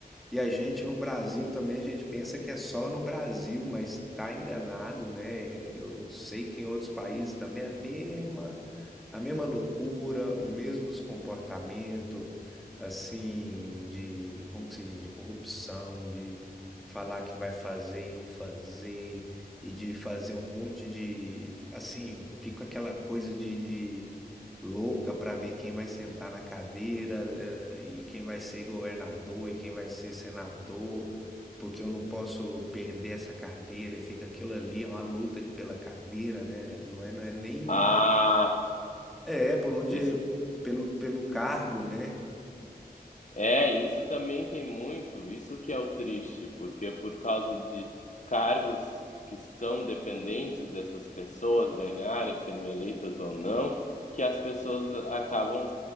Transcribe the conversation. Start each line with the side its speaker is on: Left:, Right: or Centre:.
Centre: e a gente no Brasil também, a gente pensa que é só no Brasil, mas tá enganado, né? Eu sei que em outros países também é a mesma, a mesma loucura, o mesmo comportamento, assim, de, como que se diz, de corrupção, de falar que vai fazer e não fazer, e de fazer um monte de, assim, fica aquela coisa de de- louca para ver quem vai sentar na cadeira eh, e quem vai ser governador e quem vai ser senador, porque eu não posso perder essa cadeira e fica aquilo ali, é uma luta de- pela cadeira, né? Não é, não é nem.
Left: Ah,
Centre: É, é por onde.
Left: isso
Centre: Pelo, pelo cargo, né?
Left: É, isso também tem muito, isso que é o triste, porque por causa de cargos que são dependentes dessas pessoas ganharem, serem eleitas ou não, que as pessoas acabam